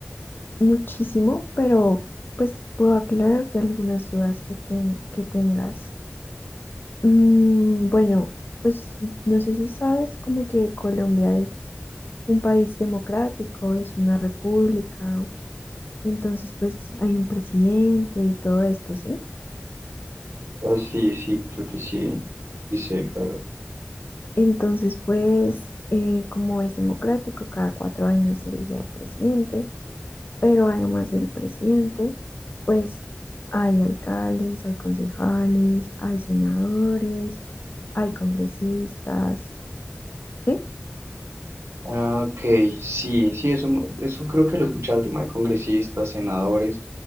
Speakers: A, on the left; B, on the right.
A: muchísimo, pero pues puedo aclararte algunas dudas que, ten- que tengas. Mm, bueno, pues no sé si sabes como que Colombia es un país democrático, es una república, entonces pues hay un presidente y todo esto, ¿sí?
B: Ah, sí, sí, creo que sí, sí sé, claro.
A: Entonces pues eh, como es democrático, cada cuatro años se elige al presidente. pero además del presidente, pues hay alcaldes, hay concejales, hay senadores, hay congresistas, ¿sí?
B: Ah, ok, sí, sí, eso, eso creo que lo escuché al tema de congresistas, senadores